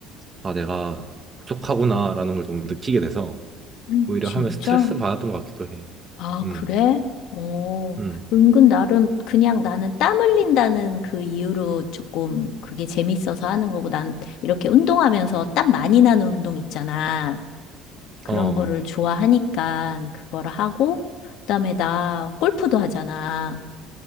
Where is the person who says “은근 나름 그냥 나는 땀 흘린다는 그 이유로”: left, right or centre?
Left